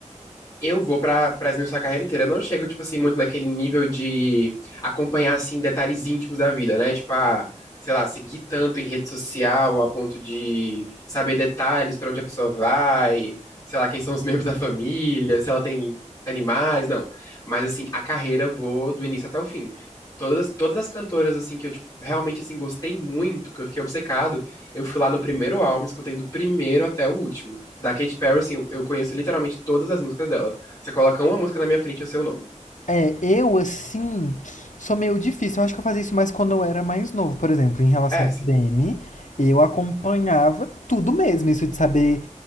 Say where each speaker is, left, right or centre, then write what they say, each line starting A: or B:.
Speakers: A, on the left; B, on the left.
A: Eu vou pra, pra esmiuçar a carreira inteira. Eu não chego, tipo assim, muito naquele nível de acompanhar, assim, detalhes íntimos da vida, né? Tipo, ah, sei lá, seguir tanto em rede social a ponto de saber detalhes pra onde a pessoa vai, sei lá, quem são os <laughs> membros da família, se ela tem animais, não. Mas, assim, a carreira eu vou do início até o fim. Todas, todas as cantoras, assim, que eu, tipo, realmente, assim, gostei muito, que eu fiquei obcecado, eu fui lá no primeiro álbum, escutei do primeiro até o último. Da Katy Perry, assim, eu, eu conheço literalmente todas as músicas dela. Você coloca uma música na minha frente e o seu nome.
B: É, eu assim sou meio difícil. Eu acho que eu fazia isso mais quando eu era mais novo, por exemplo, em relação
A: É assim.
B: ao Demi, eu acompanhava tudo mesmo, isso de saber